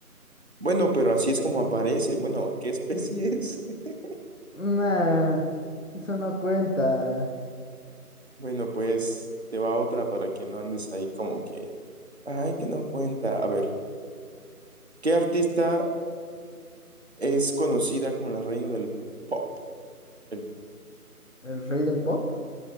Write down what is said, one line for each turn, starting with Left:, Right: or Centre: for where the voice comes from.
Right: Bueno, pero así es como aparece. Bueno, ¿qué especie es? <laughs>
Left: Nah, eso no cuenta.
Right: Bueno, pues te va otra para que no andes ahí como que, ay, que no cuenta. A ver, ¿qué artista es conocida como la reina del pop? El-
Left: ¿El rey del pop?